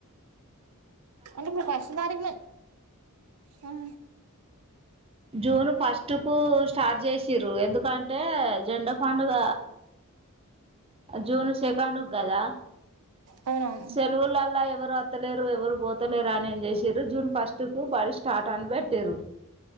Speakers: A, on the right; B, on the right.
A: అంటిప్పుడు ఫస్ట్ తారీకు న హ
B: జూన్ ఫస్ట్ కు స్టార్ట్ చేసిర్రు ఎందుకంటే జెండా పండుగ జూను సెకండ్ కు కదా
A: అవునవును
B: సెలవులల్లా ఎవరు ఒత్తలేరు ఎవరు పోతలేరు అని ఏం చేసిర్రు జూన్ ఫస్ట్కుకు బడి స్టార్ట్ అని పెట్టిన్రు